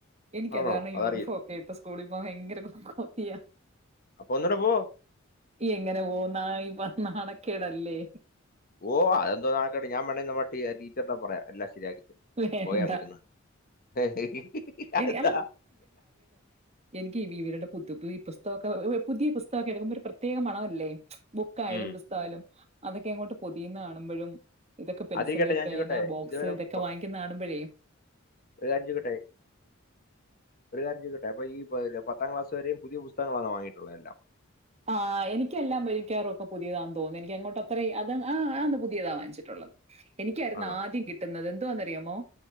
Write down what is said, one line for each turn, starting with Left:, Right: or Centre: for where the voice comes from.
Right: എനിക്ക്
Left: ആണോ
Right: അത് കാരണം
Left: അതറിയില്ല
Right: യൂണിഫോം ഒക്കെ ഇട്ട് സ്കൂളിൽ ഭയങ്കര കൊതിയാ
Left: അപ്പൊ ഒന്നൂടെ പോ
Right: യെങ്ങനെ പോന്നാ ഇപ്പ നാണക്കേടല്ലേ
Left: ഓ അതെന്തോ നാണക്കേട് ഞാൻ <unintelligible> ടീച്ചറിനോട് പറയാ എല്ലാം ശരിയാക്കിട്ട് ഉണ്ട്
Right: വേണ്ട.
Left: പോയ ങ്ങ് ഇരുന്ന് ഹിഹിഹിഅതെന്താ
Right: എനി ഇവിവരുടെ പുത്പ്പ് ഈ പുസ്തക ഒക്കെ പുതിയ പുസ്തകയൊക്കെ എടുക്കുമ്പോ ഒരു പ്രത്യേക മണമല്ലേ ബുക്കായാലും
Left: ഉം.
Right: പുസ്തകായാലും അതൊക്കെ അങ്ങോട്ട് പൊതിയ്ന്നെ കാണുമ്പോഴും ഇതൊക്കെ പെൻസില്
Left: അതിരിക്കട്ടെ ഞാൻ
Right: പേന
Left: ചോദിക്കട്ടെ
Right: ബോക്സ്
Left: ഇതുവരെ
Right: ഇത്
Left: പ-
Right: ന്നാണുമ്പഴേ
Left: ഒരു കാര്യം ചോദിക്കട്ടെ ഒരു കാര്യം ചോദിക്കട്ടെ അപ്പൊ ഈ പത്താം ക്ലാസ് വരെയും പുതിയ പുസ് പുസ്തങ്ങളെ വാങ്ങിയിട്ടുള്ളത് എല്ലാം
Right: ആ എനിക്കെല്ലാം ഭയ്ക്കാർ ഒക്കെ പുതിയതാ തോന്ന് എനിക്ക് അങ്ങോട്ട് അത്രയും അത് ആ ആ പുതിയതാ വാങ്ങിച്ചിട്ടുള്ളത് എനിക്കായിരുന്നു
Left: ആണോ
Right: ആദ്യം കിട്ടുന്നത് എന്തുവാന്നറിയാമോ